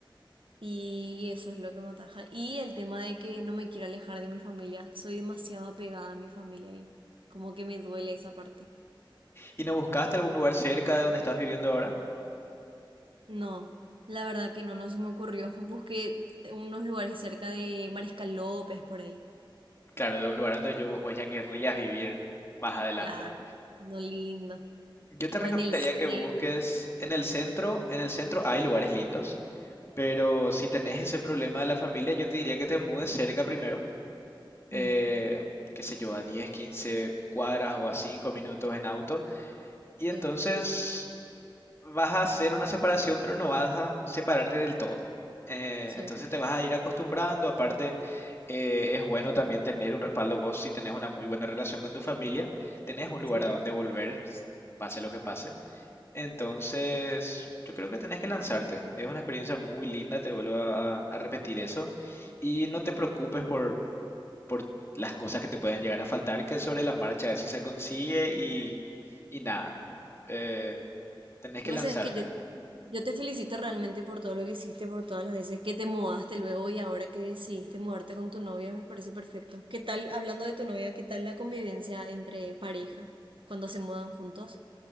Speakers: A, on the right; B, on the left.
A: Y eso es lo que me ataja. Y el tema de que no me quiero alejar de mi familia. Soy demasiado apegada a mi familia y como que me duele esa parte.
B: ¿Y no buscaste algún lugar cerca de donde estás viviendo ahora?
A: No, la verdad que no, no se me ocurrió. <laughs> Busqué unos lugares cerca de Mariscal López por ahí.
B: Claro, de un lugar donde yo vos ya querrías vivir más adelante.
A: Claro, no lindo.
B: Yo te
A: O
B: recomendaría
A: en el 100.
B: que busques en el centro, en el centro hay lugares lindos, pero si tenés ese problema de la familia, yo te diría que te mudes cerca primero, eh,
A: Mm,
B: qué sé yo, a 10, 15 cuadras o a 5 minutos en auto, y entonces
A: sí,
B: vas a hacer una separación, pero no vas a separarte del todo. Eh,
A: sí,
B: entonces te vas a ir acostumbrando, aparte eh, es bueno también tener un respaldo vos si tenés una muy buena relación con tu familia, tenés un lugar
A: sí.
B: a donde volver, s- pase lo que pase. Entonces yo creo que tenés que lanzarte, es una experiencia muy linda, te vuelvo a, a repetir eso, y no te preocupes por, por las cosas que te pueden llegar a faltar, que sobre la marcha eso se consigue y, y nada, eh, tenés
A: Vos
B: que lanzarte.
A: sabés que yo, yo te felicito realmente por todo lo que hiciste, por todas las veces que te mudaste luego y ahora que decidiste mudarte con tu novia, me parece perfecto. ¿Qué tal, hablando de tu novia, qué tal la convivencia entre pareja cuando se mudan juntos?